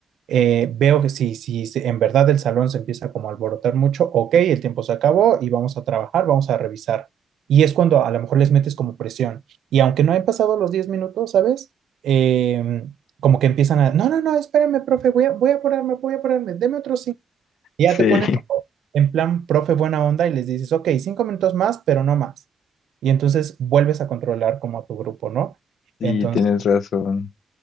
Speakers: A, on the right (about 80°); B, on the left (about 80°).
A: Eh, veo que si, si se- en verdad el salón se empieza como a alborotar mucho, ok, el tiempo se acabó y vamos a trabajar, vamos a revisar y es cuando a lo mejor les metes como presión. Y aunque no he pasado los 10 minutos, ¿sabes? Eh, como que empiezan a, no, no, no, espérame, profe, voy a, voy a apurarme, voy a apurarme, deme otro cinco. Y ya
B: sí,
A: te pones como en plan, profe, buena onda, y les dices, ok, cinco minutos más, pero no más. Y entonces vuelves a controlar como a tu grupo, ¿no?
B: sí,
A: Entonces,
B: tienes razón,